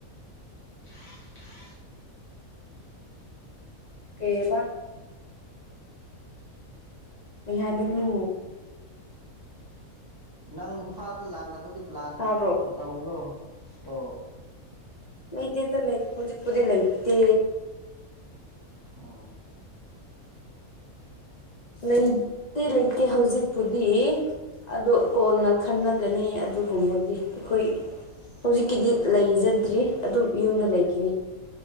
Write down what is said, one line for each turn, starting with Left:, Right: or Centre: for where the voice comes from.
Right: ꯍꯥꯥ ꯍꯥ <unintelligible>
Left: ꯀꯩ ꯍꯥꯏꯕ ꯀꯩ ꯍꯥꯏꯕꯅꯣ
Right: ꯅꯪ ꯏꯝꯐꯥꯜꯗ ꯂꯥꯛꯅꯕꯒꯤ ꯄ꯭ꯂꯥꯟ
Left: ꯇꯥꯕ꯭ꯔꯣ
Right: ꯇꯧꯕ꯭ꯔꯣ ꯑꯣ
Left: <inaudible> ꯗ ꯂꯥꯏ ꯍꯧꯦ ꯀꯗꯦ ꯂꯩꯥꯏꯠꯇꯦ
Right: ꯑ
Left: ꯂꯩꯇꯤ ꯂꯩꯇꯦ ꯍꯧꯖꯤꯛꯄꯨꯗꯤ ꯑꯗꯣ ꯀꯣꯟꯅ ꯈꯟꯅꯒꯅꯤ ꯑꯗꯨꯒꯨꯝꯕꯗꯤ ꯑꯩꯈꯣꯏ ꯍꯧꯖꯤꯛꯀꯤꯗꯤ ꯂꯩꯖꯗ꯭ꯔꯤ ꯑꯗꯨꯝ ꯌꯨꯝꯗ ꯂꯩꯈꯤꯅꯤ